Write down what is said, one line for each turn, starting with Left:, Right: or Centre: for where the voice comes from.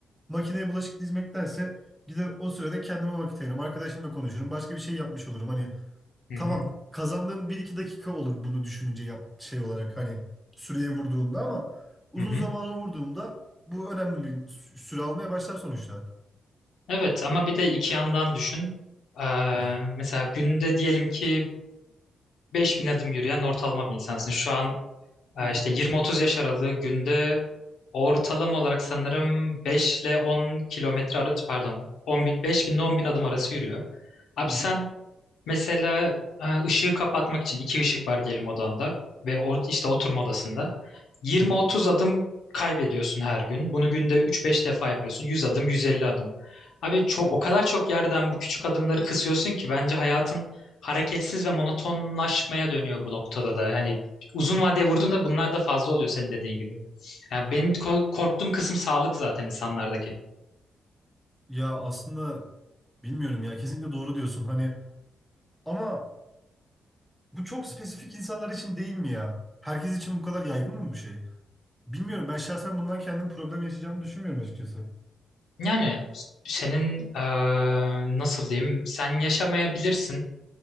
Centre: Makineye bulaşık dizmektense gider o sürede kendime vakit ayırırım, arkadaşımla konuşurum, başka bir şey yapmış olurum. Hani
Left: Hı
Centre: tamam
Left: hı,
Centre: kazandığım bir iki dakika olur bunu düşününce yap şey olarak hani süreye vurduğumda ama uzun
Left: hı hı.
Centre: zamana vurduğumda bu önemli bir sü- süre almaya başlar sonuçta.
Left: Evet ama bir de iki yandan düşün. Ee,
Centre: Hı
Left: mesela günde diyelim ki 5000 adım yürüyen ortalama bir insansın. Şu an Ee,
Centre: hı
Left: işte 20-30 yaş aralığı günde ortalama olarak sanırım 5 ile 10 kilometre arası pardon 10 bin, 5 bin ile 10 bin adım arası yürüyor. Abi
Centre: hı
Left: sen Mesela e, ışığı kapatmak için iki ışık var diyelim odanda ve or işte oturma odasında. 20-30
Centre: hı
Left: adım kaybediyorsun her gün. Bunu günde 3-5 defa yapıyorsun. 100 adım, 150 adım. Abi çok
Centre: hı hı.
Left: o kadar çok yerden bu küçük adımları kısıyorsun ki bence hayatın hareketsiz ve monotonlaşmaya dönüyor bu noktada da. Yani uzun vadeye vurduğunda bunlar da fazla oluyor senin dediğin gibi. Yani benim ko- korktuğum kısım sağlık zaten insanlardaki.
Centre: Ya aslında bilmiyorum ya kesinlikle doğru diyorsun hani ama bu çok spesifik insanlar için değil mi ya? Herkes için bu kadar yaygın mı bu şey? Bilmiyorum ben şahsen bundan kendim problem yaşayacağımı düşünmüyorum açıkçası.
Left: Yani senin eee, nasıl diyeyim sen yaşamayabilirsin